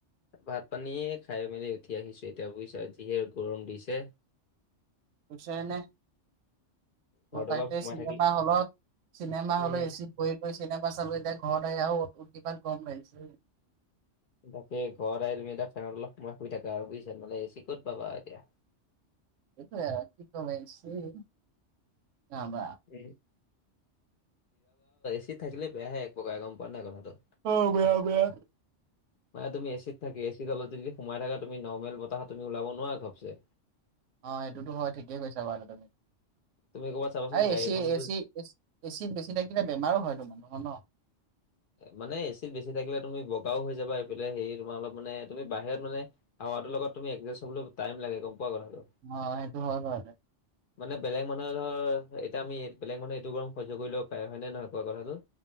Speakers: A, on the left; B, on the right.
A: ভাত পানী খাই মেলি উঠি আহিছোঁ এতিয়া বুজিছা যিহে গৰম দিছে।
B: <unintelligible>
A: ঘৰত
B: তাতে
A: অলপ সোমাই
B: চিনেমা
A: থাকি
B: হলত, চিনেমা
A: উম
B: হলত এচিত বহি চিনেমা চালো এতিয়া ঘৰত আহি আৰু উতিপাত গৰম লাগিছে।
A: তাকে ঘৰত আহি তুমি এতিয়া ফেনৰ তলত অলপ সময় শুই থাকা আৰু বুজিছা নহ'লে এ চি ক'ত পাবা আৰু এতিয়া।
B: এইটোৱে কি ক'ম এ চি <unintelligible>
A: <unintelligible> এ চিত থাকিলে বেয়াহে এক প্ৰকাৰ গ'ম পোৱা নাই কথাটো?
B: অ বেয়া বেয়া।
A: মানে তুমি এ চিত থাকি এ চিৰ তলতে যদি সোমাই থাকা তুমি নৰ্মেল বতাহত তুমি ওলাব নোৱাৰা ঘপছে।
B: অ সেইটোতো হয় ঠিকেই কৈছা বাৰু তুমি,
A: তুমি ক'ৰবাত চাবাচোন
B: এই
A: গাড়ী
B: এচি-এচি-এচি
A: এখনতো
B: এচিত বেছিত থাকিলে বেমাৰো হয় তোমাৰ মানুহৰ ন'।
A: মানে এচিত বেছি থাকিলে তুমি বগাও হৈ যাবা এইফালে হেৰি তোমাৰ অলপ মানে তুমি বাহিৰত মানে হাৱাটোৰ লগত তুমি এজাষ্ট হ'বলৈ টাইম লাগে গ'ম পোৱা কথাটো?
B: অ সেইটো হয় বাৰু দে।
A: <inaudible> মানে বেলেগ মানুহে ধৰ এতিয়া আমি বেলেগ মানুহ এইটো গৰম সহ্য কৰি ল'ব পাৰে হয় নে নহয় কোৱা কথাটো?